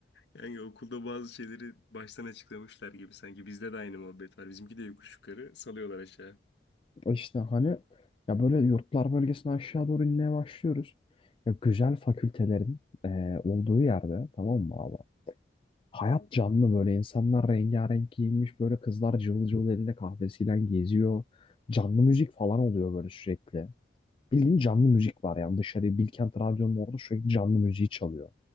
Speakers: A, on the left; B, on the left.
A: Yani okulda bazı şeyleri baştan açıklamışlar gibi sanki. Bizde de aynı muhabbet var. Bizimki de yokuş yukarı salıyorlar aşağı.
B: İşte hani ya böyle yurtlar bölgesine aşağı doğru inmeye başlıyoruz. Ya güzel fakültelerin eee, olduğu yerde tamam mı abi? Hayat
A: Hı hı.
B: canlı böyle insanlar rengarenk giyinmiş böyle kızlar cıvıl cıvıl elinde kahvesiyle geziyor. Canlı müzik falan oluyor böyle sürekli. Bildiğin canlı müzik var yani dışarıya Bilkent Radyo'nun orada sürekli canlı müziği çalıyor.